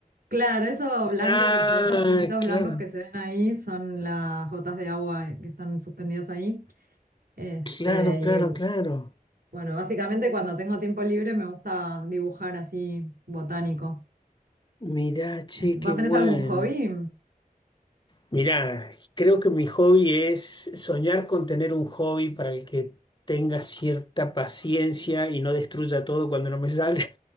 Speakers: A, on the right; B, on the left.
A: claro, eso blanco
B: Ah,
A: que se ve, esos puntitos
B: claro,
A: blancos que se ven ahí son las gotas de agua que están suspendidas ahí. Este,
B: claro, claro,
A: y
B: claro.
A: bueno, básicamente cuando tengo tiempo libre me gusta dibujar así botánico.
B: Mirá, che,
A: Eh, ¿Vos
B: qué
A: tenés
B: bueno.
A: algún hobby?
B: Mirá, creo que mi hobby es soñar con tener un hobby para el que tenga cierta paciencia y no destruya todo cuando no me sale.